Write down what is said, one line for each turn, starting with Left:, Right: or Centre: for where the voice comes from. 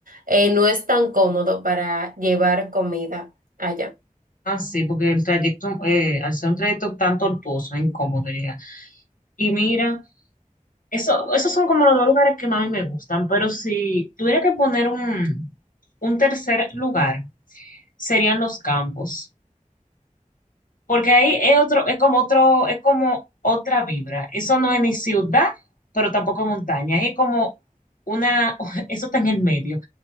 Right: eh, no es tan cómodo para llevar comida allá.
Left: Ah, sí, porque el trayecto, eh, al ser un trayecto tan tortuoso, incómodo llega. Y mira, eso, esos son como los dos lugares que más me gustan, pero si tuviera que poner un, un tercer lugar, serían los campos. Porque ahí es otro, es como otro, es como otra vibra. Eso no es ni ciudad, pero tampoco montaña. Es como una, <laughs> eso está en el medio.